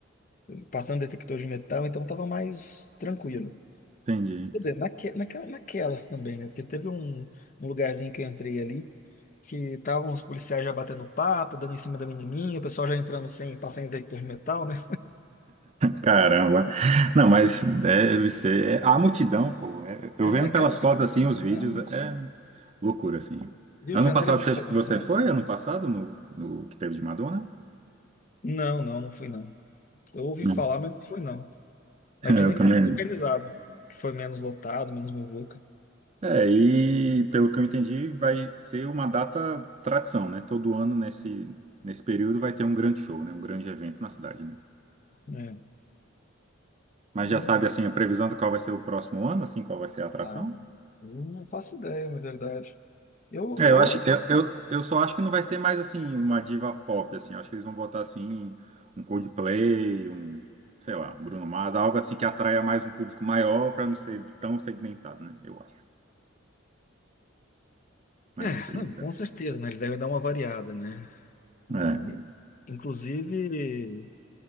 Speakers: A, on the left; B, on the right.
A: passando detector de metal, então estava mais tranquilo.
B: Entendi.
A: Quer dizer, naque, naquela- naquelas também, né? Porque teve um, um lugarzinho que eu entrei ali que estavam os policiais já batendo papo, dando em cima da menininha, o pessoal já entrando sem passar em detector de metal, né?
B: Caramba. Não, mas deve ser. é- a multidão, pô. é- eu
A: É
B: vendo
A: aquela.
B: pelas fotos assim, os
A: né?
B: vídeos, é loucura, assim.
A: Rio
B: Ano
A: de Janeiro
B: passado
A: é muito
B: você,
A: bagunçado.
B: você foi? Ano passado, no, no que teve de Madonna?
A: Não, não, não fui não. Eu ouvi
B: Não.
A: falar, mas não fui não. Mas
B: É, Eu
A: dizem
B: também.
A: que foi muito organizado, que foi menos lotado, menos muvuca.
B: É, e pelo que eu entendi, vai ser uma data tradição, né? Todo ano nesse, nesse período vai ter um grande show, né? Um grande evento na cidade, né?
A: É.
B: Mas
A: Eu,
B: já sabe, assim, a previsão do qual vai ser o próximo ano, assim, qual vai ser a atração?
A: ah, eu não faço ideia, na verdade. Eu,
B: É,
A: eu
B: eu acho, eu, eu, eu só acho que não vai ser mais assim uma diva pop assim. Eu acho que eles vão botar assim um Coldplay, um, sei lá, um Bruno Mars, algo assim que atraia mais um público maior para não ser tão segmentado, né? Eu acho. Mas
A: É,
B: não sei
A: não,
B: ainda.
A: com certeza, né? Eles devem dar uma variada, né? É,
B: É.
A: Inclusive,